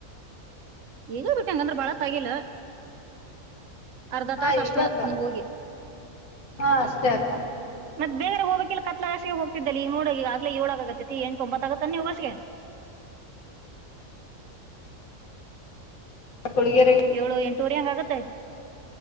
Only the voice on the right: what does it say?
ಈಗ ಬಿಟ್ಟಂಗಂದ್ರ ಬಾಳ ತಗಿಿಲ್ಲ ಅರ್ಧ
ತಾಸ ಅಷ್ಟ
ನೀ ಹೋಗಿ
ಮತ್ತ ಬೇರೆ ಹೋಗಕಿಲ್ಲ ಕಲಾಸ ಹೋಗತಿದ್ದಲ್ಲಿ ಈ ನೋಡೋ ಈ ಆಗ್ಲ ಇಏಳಾಗ ಆಗೈತಿ ಎಟು ತೊತ್ತಾಗತ್ತೆ ಹೋಗಸಗೆ
ಏಳು ಎಂಟುವರೆ ಹಂಗ ಆಗತ್ತೆ